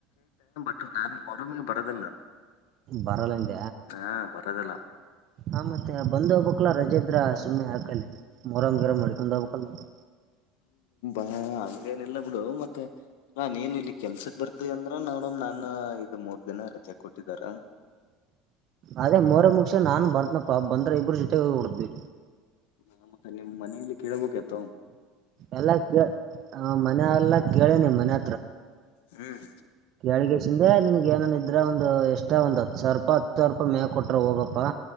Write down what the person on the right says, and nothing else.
ಬರಲ್ಲಂದ
ಆ ಮತ್ತೆ ಬಂದ ಹಬಕ್ಲ್ಲ ರಜೆ ಹ ಸುಮನೆ ಹರಕ್ಕಲ್ಲೆ ಮರಮ ಗರಾಮ ಮಾಡಡಿಿಕಂದಾವಕ ಮಂತೆ
ಅದೇ ಮೊರ ಮುಗಸ ನಾನು ಬರ್ತನಪ್ಪಾ ಬಂದ್ರೆ ಇಬ್ಬರು ಜೊತೆಗೋಗಿಡದ್ವಿ
ಎಲ್ಲ ಮ <unintelligible> ಮನ ಎಲ್ಲ ಕೇಳನೆಿ ಮನೆ
ಕಳಗಸಿಂದೆ ನಿನ್ಗ ಏನನ್ ಇದ್ರ ಒಂದ್ ಎಷ್ಟೇ ಒಂದ್ ಹತ್ತು ಸಾವಿ ರೂಪಾ ಹತ್ತು ಸಾವಿರ ರೂಪಾಯ ಮೇ ಕೊಟ್ರ ಹೋಗಪ್ಪಾ